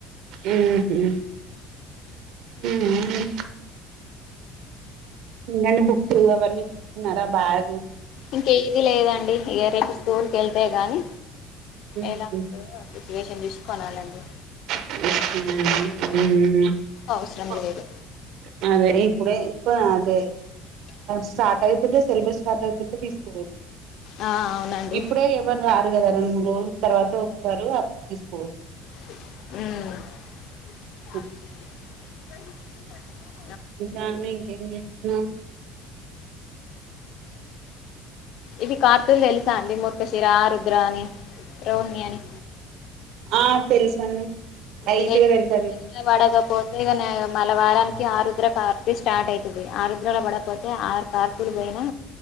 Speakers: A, on the right (about 65°); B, on the left (about 65°).
A: ఉమ్ హు ఉమ్ హా ఎకడి <unintelligible> బుక్స్ అవన్నీ తీసుకున్నారా బ్యాగు
B: ఇంక ఏది లేదండి ఇగా రేపు స్కూల్కి వెళ్తే గానీ
A: ఉమ్
B: ఎలా ఉందో అ రేషన్ తీసుకోనీ వేలండి
A: <inaudible>
B: అవసరం లేదు
A: అదే ఇప్పుడే అదే స్టార్ట్ అవుతుంటే సిలబస్ స్టార్ట్ అవుతుంటే తీసుకోవచ్చు
B: ఆ అవునండి
A: ఇప్పుడే ఎవరి రారు కదా రెండు మూడు రోజుల తర్వాత వస్తారు అప్పుడు తీసుకోవచ్చు
B: ఉమ్
A: స <inaudible>
B: <inaudible>
A: ఇంకను ఏం చేస్తున్నావు
B: ఇవి కార్తూలు తెలుసా అండి మూర్ఖశిర ఆరుద్ర అని రోహిణి అని
A: ఆ తెలుసండి లైట్గా
B: ఇక
A: తెలుసండి
B: పడకపోతే ఇ మల్లా వారానికి ఆరుద్ర కార్తి స్టార్ట్ అయితాది ఆరుద్రలో పడకపోతే ఆ కార్తులు పోయినా